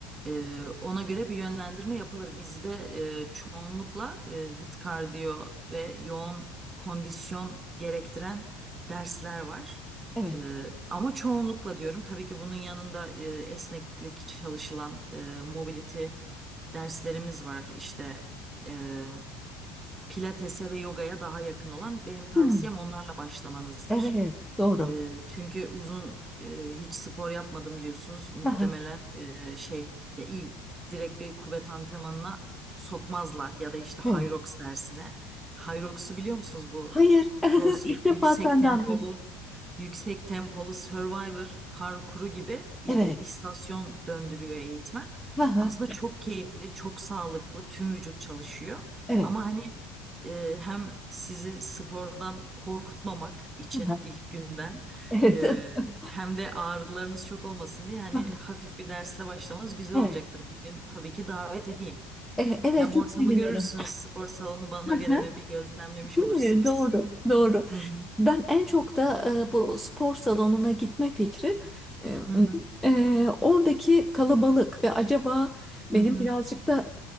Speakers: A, on the right; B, in the centre.
A: E, ona göre bir yönlendirme yapılır. Bizde e, çoğunlukla e, hit kardiyo ve yoğun kondisyon gerektiren dersler var.
B: Evet,
A: Ee, ama çoğunlukla diyorum tabii ki bunun yanında e, esneklik çalışılan e, mobility derslerimiz var işte e, pilatese ve yogaya daha yakın olan benim tavsiyem
B: Hmm,
A: onlarla başlamanızdır.
B: evet, doğru.
A: E, çünkü uzun e, hiç spor yapmadım diyorsunuz. Muhtemelen
B: Aha,
A: e, şey ya iyi direkt bir kuvvet antrenmanına sokmazlar ya da işte Hyrox
B: evet.
A: dersine. Hyrox'u biliyor musunuz bu
B: Hayır, <laughs>
A: CrossFit
B: ilk defa
A: yüksek
B: senden
A: tempolu
B: duydum.
A: yüksek tempolu Survivor parkuru gibi e,
B: Evet,
A: istasyon döndürüyor eğitmen.
B: aha,
A: Aslında çok keyifli, çok sağlıklı, tüm vücut çalışıyor.
B: evet,
A: Ama hani e, hem sizi spordan korkutmamak için
B: aha,
A: ilk günden
B: evet,
A: e,
B: <laughs>
A: hem de ağrılarınız çok olmasın diye hani
B: aha,
A: hafif bir dersle başlamanız güzel
B: evet,
A: olacaktır. Bir gün tabii ki davet edeyim.
B: E, evet,
A: Hem
B: çok
A: ortamı
B: sevinirim.
A: görürsünüz, spor salonu bana
B: <laughs>
A: göre mi bir gözlemlemiş
B: Değil
A: olursunuz.
B: mi? Doğru, doğru.
A: Hı hı
B: Ben en çok da e, bu spor salonuna gitme fikri e,
A: hı hı
B: e, oradaki kalabalık ve acaba benim
A: hı hı.
B: birazcık da